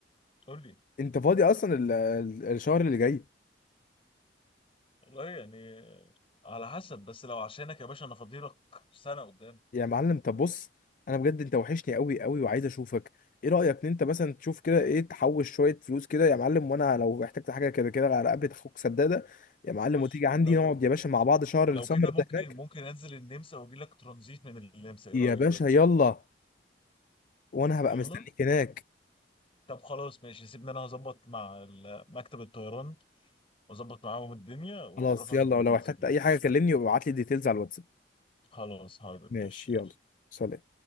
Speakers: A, on the left; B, on the left.
A: قول لي
B: انت فاضي اصلا ال- ال- الشهر اللي جاي
A: والله يعني على حسب بس لو عشانك يا باشا انا فاضيلك سنه قدام
B: يا معلم طب بص انا بجد انت وحشني قوي قوي وعايز اشوفك ايه رايك ان انت مثلا تشوف كده ايه تحوش شويه فلوس كده يا معلم وانا لو احتجت حاجه كده كده على قبل اخوك سداده يا معلم
A: بص
B: وتيجي عندي
A: لو
B: نقعد يا باشا مع بعض شهر
A: لو
B: السمر
A: كده ممكن
B: ده هناك
A: ممكن انزل النمسا واجي لك ترانزيت من النمسا ايه
B: يا
A: رايك
B: باشا يلا وانا هبقى
A: يلا
B: مستنيك هناك
A: طب خلاص ماشي سيبني انا هظبط مع ال- مكتب الطيران واظبط معاهم الدنيا واعرفك
B: خلاص يلا
A: الديتيلز
B: ولو احتجت
A: كلها
B: اي حاجه كلمني وابعت لي ديتيلز على الواتساب
A: خلاص حاضر
B: ماشي
A: ماشي يلا
B: يلا سلام